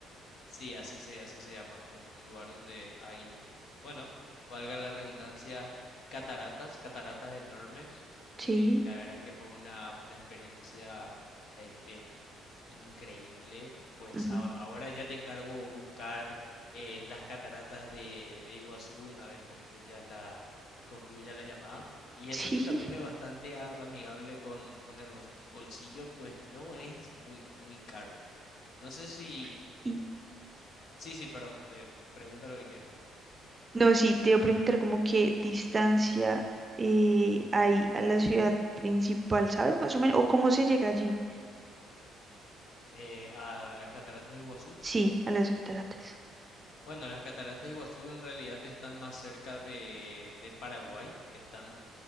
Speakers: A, on the left (about 55°); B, on the right (about 25°).
A: Sí, así se, así se llama, en un lugar donde hay, bueno, valga la redundancia, cataratas, cataratas enormes, eh,
B: Sí.
A: y la verdad es que fue una, una experiencia, este, increíble, pues
B: ujú,
A: a- ahora ya te encargo buscar eh, las cataratas de, de Iguazú una vez concluyas la, concluya la llamada, y
B: Sí.
A: eso que también es bastante a- amigable con, con el bos- bolsillo, pues no es muy, muy caro. No sé si
B: <laughs>
A: Sí, sí, perdón, te pregunta lo que quieres preguntar.
B: No, sí, te iba a preguntar como qué distancia eh, hay a la ciudad principal, ¿sabes? Más o menos, o cómo se llega allí.
A: Eh, a las cataratas de Iguazú.
B: Sí, a las cataratas.
A: Bueno, las cataratas de Iguazú en realidad están más cerca de, de Paraguay, están